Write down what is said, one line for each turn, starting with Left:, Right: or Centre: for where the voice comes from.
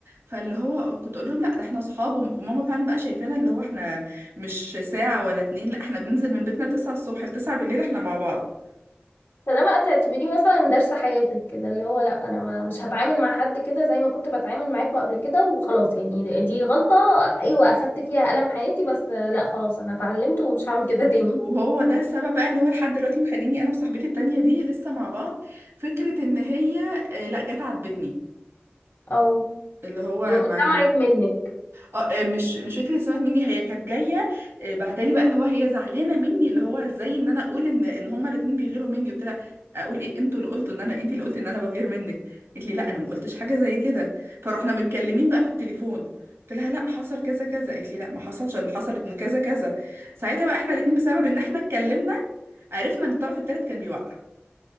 Right: فاللي هو كنت اقول لهم لا ده احنا صحاب وم- وماما فعلا بقى شايفانا اللي هو احنا مش ساعة ولا اتنين لا احنا بننزل من بيتنا 9 الصبح ل 9 بالليل احنا مع بعض
Left: فده بقى تعتبريه مثلا درس حياتك كده اللي هو لا انا ما مش هتعامل مع حد كده زي ما كنت بتعامل معاكوا قبل كده وخلاص يعني دي دي غلطة ايوه اخدت فيها ألم حياتي بس لا خلاص انا اتعلمت ومش هعمل كده تاني
Right: وهو ده السبب بقى اللي هو لحد دلوقتي مخليني انا وصاحبتي التانية دي لسه مع بعض فكرة ان هي آه، لا جت عاتبتني
Left: او
Right: اللي هو
Left: يعني
Right: ما
Left: سمعت منك
Right: اه آه، مش مش فاكره سمعت مني هي كانت جايه آه، بعتلي بقى اللي هو هي زعلانه مني اللي هو ازاي ان انا اقول ان ان هما الاتنين بيغيروا مني قلت لها اقول ايه انتوا اللي قلتوا ان انا انتي اللي قلتي ان انا بغير منك قالت لي لا انا ما قلتش حاجه زي كده فروحنا متكلمين بقى في التليفون قلت لها لا حصل كذا كذا قالت لي لا ما حصلش اللي حصلت ان كذا كذا ساعتها بقى احنا الاتنين بسبب ان احنا اتكلمنا عرفنا ان الطرف التالت كان بيوقع